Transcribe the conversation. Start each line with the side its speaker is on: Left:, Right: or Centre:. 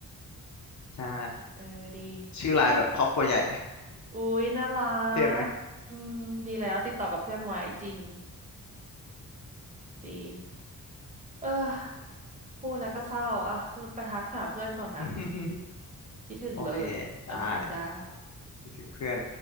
Left: ใช่
Right: เออดี
Left: ชื่อไลน์แบบครอบครัวใหญ่
Right: อ่ะอุ๊ยน่ารั
Left: เท่ไหม
Right: กอืมดีแล้วติดต่อกับเพื่อนไว้จริงดีเออพูดแล้วก็เศร้าอ่ะเราไปทักหาเพื่อนก่อนนะ
Left: <laughs>
Right: คิดถึงเลยโอเคจ้า
Left: โอเคได้คิดถึงเพื่อน